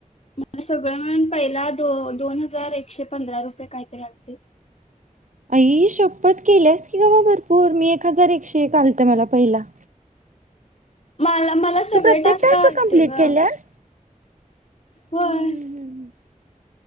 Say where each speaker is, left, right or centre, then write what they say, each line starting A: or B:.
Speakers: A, on the left (about 50°); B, on the right (about 65°).
A: मला सगळं मिळून पहिला दो-दोन हजार एकशे पंधरा रुपये कायतर आलते बघ.
B: आई शपथ केलीयास की ग मग भरपूर मी एक हजार एकशे एक आलत मला पहिला.
A: मला मला सगळे
B: तू प्रत्येक
A: टास्क आलते
B: कंप्लीट
A: गं.
B: केल्यास
A: होय
B: हम्म हम्म हम्म